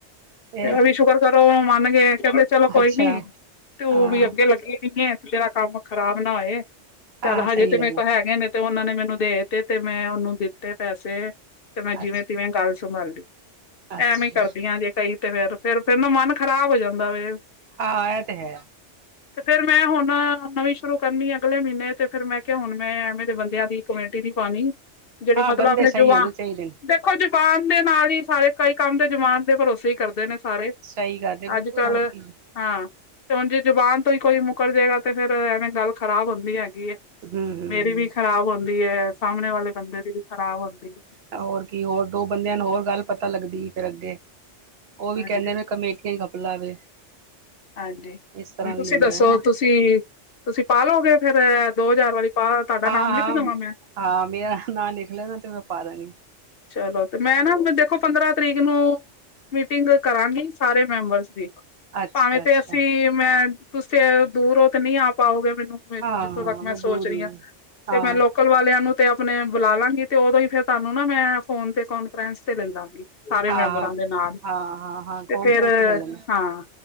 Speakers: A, on the right (about 65°); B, on the left (about 55°).
A: ਫੇਰ
B: ਐਵੀ ਸ਼ੁਕਰ ਕਰੋ ਔ ਮੰਨ ਗੇ ਕੈਂਦੇ ਚਲੋ ਕੋਈ
A: ਅੱਛਾ
B: ਨੀ ਤੂੰ
A: ਹਾਂ,
B: ਵੀ ਅੱਗੇ ਲੱ ਗੀ ਦੀ ਏ ਤੇਰਾ ਕੰਮ ਖ਼ਰਾਬ ਨਾ ਹੋਏ, ਚੱਲ
A: ਹਾਂ
B: ਹਜੇ
A: ਸਹੀ
B: ਤੇ
A: ਗੱਲ
B: ਮੇਰੇ
A: ਏ
B: ਕੋ ਹੈਗੇ ਨੇ ਤੇ ਔਨਾਂ ਨੇ ਮੈਨੂੰ ਦੇ ਤੇ, ਤੇ ਮੈਂ ਔਨੂੰ ਦਿੱਤੇ ਪੈਸੇ ਤੇ ਮੈਂ ਜਿਵੇਂ
A: ਅੱਛਾ,
B: ਤਿਵੇਂ ਗੱਲ ਸੰਭਾਲੀ।
A: ਅੱਛਾ।
B: ਐਵੇਂ ਕਰਦੀ ਆ ਜੇ ਕਈ ਤੇ ਫੇਰ, ਫੇਰ, ਫੇਰ ਨਾ ਮਨ ਖ਼ਰਾਬ ਹੋ ਜਾਂਦਾ ਵੇ।
A: ਹਾਂ ਐ ਤੇ ਹੈ।
B: ਤੇ ਫੇਰ ਮੈਂ ਹੁਣ ਨਵੀਂ ਸ਼ੁਰੂ ਕਰਨੀ ਏ ਅਗਲੇ ਮੀਨੇ ਤੇ ਫੇਰ ਮੈਂ ਕਿਆ ਹੁਣ ਮੈਂ ਐਵੇਂ ਦੇ ਬੰਦਿਆਂ ਦੀ ਕਮੇਟੀ ਨੀ ਪਾਨੀ ਜੇੜੀ
A: ਹਾਂ
B: ਮਤਲਬ
A: ਬੰਦੇ
B: ਆਪਣੇ
A: ਸਹੀ
B: ਜੁਵਾ
A: ਹੋਣੇ ਚਾਹੀਦੇ ਨੇ
B: ਦੇ ਖੋ ਜਬਾਨ ਦੇ ਨਾਲ ਈ ਸਾਰੇ ਕਈ ਕੰਮ ਤੇ ਜਬਾਨ ਦੇ ਭਰੋਸੇ ਈ ਕਰਦੇ ਨੇ ਸਾਰੇ
A: ਸਹੀ ਗੱਲ ਏ ਬਿਲਕੁਲ
B: ਅੱਜ ਕੱਲ।
A: ਹੋਰ ਕੀ ਹੂੰ,
B: ਹਾਂ ਤੇ ਹੁਣ ਜੇ ਜੁਬਾਨ ਤੋਂ ਈ ਕੋਈ ਮੁਕਰ ਜਾਏਗਾ ਤੇ ਫੇਰ ਐਵੇਂ ਗੱਲ ਖ਼ਰਾਬ ਹੁੰਦੀ ਹੈਗੀ ਏ।
A: ਹੂੰ
B: ਮੇਰੀ ਵੀ ਖ਼ਰਾਬ ਹੁੰਦੀ ਏ, ਸਾਹਮਣੇ ਵਾਲੇ ਬੰਦੇ ਦੀ ਵੀ ਖ਼ਰਾਬ ਹੁੰਦੀ ਏ।
A: ਆਂ ਹੋਰ ਕੀ ਹੋਰ ਦੋ ਬੰ ਦਿਆਂ ਨੂੰ ਹੋਰ ਗੱਲ ਪਤਾ ਲੱਗਦੀ ਫਿਰ ਅੱਗੇ। ਔ ਵੀ
B: ਹਾਂਜੀ
A: ਕੈਂਦੇ ਨੇ ਕਮੇਟੀਆਂ 'ਚ ਘਪਲਾ ਵੇ।
B: ਹਾਂਜੀ,
A: ਇਸ ਤਰ੍ਹਾਂ
B: ਹੁਨ ਤੁਸੀ
A: ਵੀ ਹੁੰਦਾ
B: ਦੱਸੋ
A: ਹੈ ਨਾ
B: ਤੁਸੀ ਤੁਸੀ ਪਾ ਲੋਗੇ ਅਪਣੇ ਦੋ ਹਜ਼ਾਰ ਵਾਲੀ ਪਾ, ਤੁਆਡਾ
A: ਹਾਂ
B: ਨਾਮ ਲਿਖ
A: ਹਾਂ
B: ਲਵਾਂ ਮੈਂ?
A: ਹਾਂ ਮੇਰਾ ਨਾਂ ਲਿਖ ਲੈਣਾ ਤੇ ਮੈਂ ਪਾ ਦਾਂਗੀ
B: ਚਲੋ ਤੇ ਮੈਂ ਨਾ ਪ ਦੇਖੋ ਪੰਦਰਾਂ ਤਰੀਕ ਨੂੰ ਮੀਟਿੰਗ ਕਰਾਂਗੀ ਸਾਰੇ ਮੈਂਬਰਸ ਦੀ।
A: ਅੱਛਾ
B: ਭਾਵੇਂ
A: ਅੱਛਾ
B: ਤੇ ਅਸੀ ਮੈਂ, ਤੁਸੀ ਤੇ ਦੂਰ ਔ ਤੇ ਨਈ ਆ ਪਾਔਗੇ ਮੈਨੂੰ ਮੇਨੂ
A: ਹਾਂ
B: ਜਿੱਥੋਂ
A: ਹਾਂ
B: ਤੱਕ ਮੈਂ
A: ਦੂਰ
B: ਸੋਚ ਰਈ
A: ਹੀ
B: ਆਂ
A: ਹਾਂ ਹਾਂ
B: ਤੇ ਮੈਂ ਲੋ ਕਲ ਵਾਲਿਆਂ ਨੂੰ ਤੇ ਅਪਣੇ ਬੁਲਾ ਲਾਂਗੀ ਤੇ ਔਦੋਂ ਈ ਫੇਰ ਤਾਨੂੰ ਨਾ ਮੈਂ ਫੋਨ ਤੇ ਕੋਨਫਰੈਂਸ ਤੇ ਲੱਲਾਂਗੀ। ਸਾਰੇ
A: ਹਾਂ
B: ਮੈਂਬਰਾਂ
A: ਹਾਂ
B: ਦੇ ਨਾਲ
A: ਹਾਂ ਹਾਂ ਹਾਂ
B: ਤੇ
A: ਕਾਨਫਰੰਸ
B: ਫੇਰ
A: ਲੈ ਲੈਣਾ
B: ਹਾਂ